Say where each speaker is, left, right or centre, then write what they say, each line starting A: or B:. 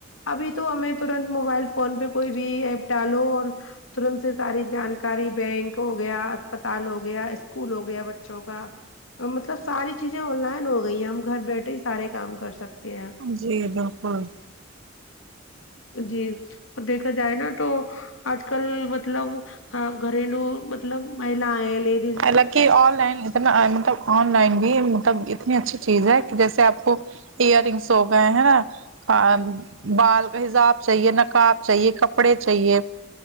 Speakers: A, on the left (about 85°); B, on the right (about 75°).
A: ابھی تو ہمیں ترنت موبائل فون پہ کوئی بھی ایپ ڈالو اور ترنت سے ساری جانکاری بینک ہو گیا اسپتال ہو گیا اسکول ہو گیا بچوں کا مطلب ساری چیزیں آن لائن ہو گئی ہیں ہم گھر بیٹھے ہی سارے کام کر سکتے ہیں
B: جی بالکل
A: جی اور دیکھا جائے نا تو آج ک کل مطلب ہاں گھریلو مطلب مہلائے لے
B: حالانکہ آن لائن ن مطلب آن لائن بھی مطلب اتنی اچھی چیز ہے کہ جیسے آپ کو ایئر رنگس ہو گئے ہے ہ بال کا حساب چاہیے نقاب چاہیے کپڑے چاہیے